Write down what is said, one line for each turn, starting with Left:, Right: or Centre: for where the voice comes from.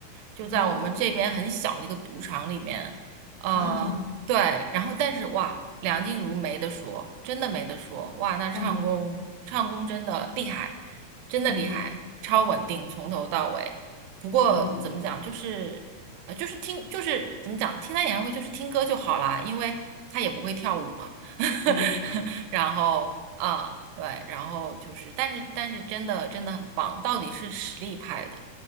Right: 就在我们这边很小的一个赌场里面。
Left: 哇，
Right: 呃，
Left: <laughs>
Right: 对，然后但是哇，梁静茹没得说，真的没得说，哇，那唱功唱功真的厉害。
Left: 看过，
Right: 真的厉害，
Left: 嗯
Right: 超稳定，从头到尾。不过怎么讲，
Left: 嗯
Right: 就是呃，就是听，就是怎么讲，听他演唱会就是听歌就好啦，因为他也不会跳舞嘛。<laughs>
Left: 嗯
Right: 然后啊，对，然后就是，但是但是真的真的很棒，到底是实力派的。